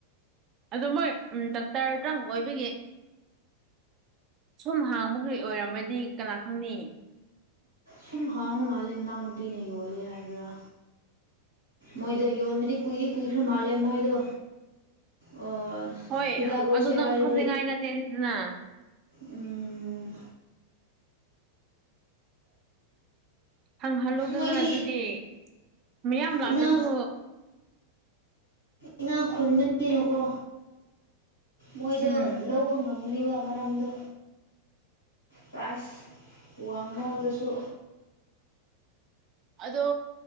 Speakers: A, on the right; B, on the left.
A: ꯑꯗꯨ ꯃꯣꯏ ꯎꯝ ꯗꯥꯛꯇꯔ ꯇꯪ ꯑꯣꯏꯕꯒꯤ ꯁꯨꯝ ꯍꯥꯡꯕꯒꯤ ꯑꯣꯏꯔꯝꯃꯗꯤ ꯀꯅꯥ ꯈꯪꯅꯤ
B: ꯁꯨꯝ ꯍꯥꯡꯕ ꯃꯥꯜꯂꯦ ꯃꯅꯥꯎ ꯅꯨꯄꯤꯅ ꯌꯣꯜꯂꯦ ꯍꯥꯏꯕ꯭ꯔꯥ ꯃꯣꯏꯗꯣ ꯌꯣꯟꯕꯗꯤ ꯀꯨꯏ ꯀꯨꯏꯈ꯭ꯔꯥ ꯃꯥꯜꯂꯦ ꯃꯣꯏꯗꯣ ꯑꯣ
A: ꯍꯣꯏ
B: ꯍꯤꯗꯥꯛ ꯂꯧꯁꯦ
A: ꯑꯗꯨ ꯅꯪ
B: ꯍꯥꯏꯔꯗꯤ
A: ꯐꯝꯅꯤꯡꯉꯥꯏ ꯅꯠꯇꯦꯗꯅ
B: ꯎꯝ
A: ꯍꯪꯍꯜꯂꯣꯗꯅ
B: ꯃꯣꯏꯗꯤ
A: ꯑꯗꯨꯗꯤ ꯃꯤꯌꯥꯝ ꯂꯥꯛꯇ꯭ꯔꯁꯨ
B: ꯏꯅꯥ ꯏꯅꯥꯛ ꯈꯨꯟꯕꯅꯤꯅꯀꯣ ꯃꯣꯏꯗꯣ
A: ꯎꯝ
B: ꯂꯧ ꯄ ꯉꯝꯒꯅꯤꯕ ꯃꯔꯝꯗꯨ ꯄ꯭ꯔꯥꯏꯖ <unintelligible> ꯑꯗꯨꯁꯨ
A: ꯑꯗꯣ